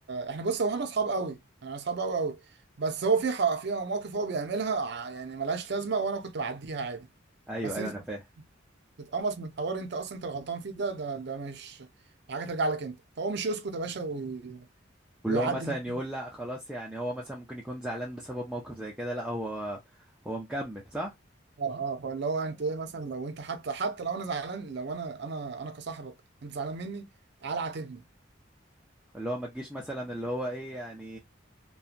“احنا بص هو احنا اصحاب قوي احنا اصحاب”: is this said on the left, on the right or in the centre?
Right